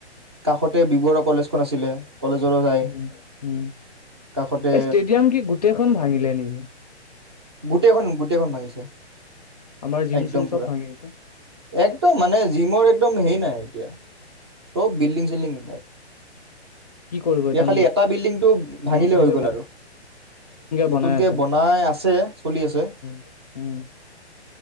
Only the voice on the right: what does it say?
কাষতে বি বৰুৱা কলেজখন আছিলে। কলেজৰো যায়
কাষতে
গোটেইখন-গোটেইখন ভাঙিছে।
একদম
পুৰা,
একদম মানে জিমৰ একদম হেইন নাই এতিয়া। চব বিল্ডিং-চিল্ডিং
এতিয়া খালি।
এটা বিল্ডিংটো ভাঙিলে
হৈ গ'ল
আৰু নতুনকে
বনাই আছে চলি আছে।